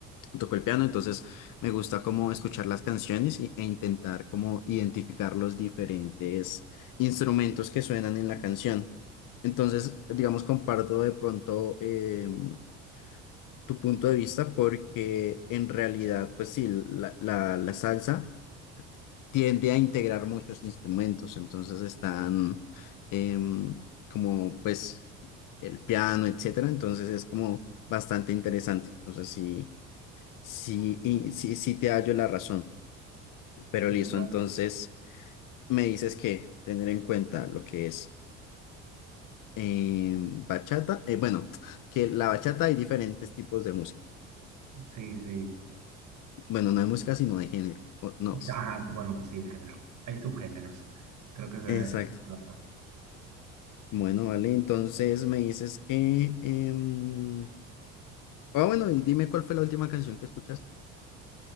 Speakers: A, on the left (about 60°); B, on the right (about 55°).
A: toco el piano, entonces me gusta como escuchar las canciones y- e intentar como identificar los diferentes instrumentos que suenan en la canción. Entonces, digamos, comparto de pronto em, tu punto de vista porque en realidad, pues sí, la, la, la salsa tiende a integrar muchos instrumentos, entonces están em, como pues el piano, etcétera, entonces es como bastante interesante. Entonces, sí. Sí, y sí, sí te hallo la razón, pero
B: Sí,
A: listo,
B: claro.
A: entonces me dices que tener en cuenta lo que es eh, bachata, eh, bueno, que la bachata hay diferentes tipos de música,
B: Sí, sí.
A: bueno, no de música, sino de género, o- no, s-
B: Ajá, bueno, pues sí, de género. Hay subgéneros. Creo que esa
A: exacto,
B: es la palabra.
A: bueno, vale, entonces me dices que, em, ah, bueno, y dime cuál fue la última canción que escuchaste.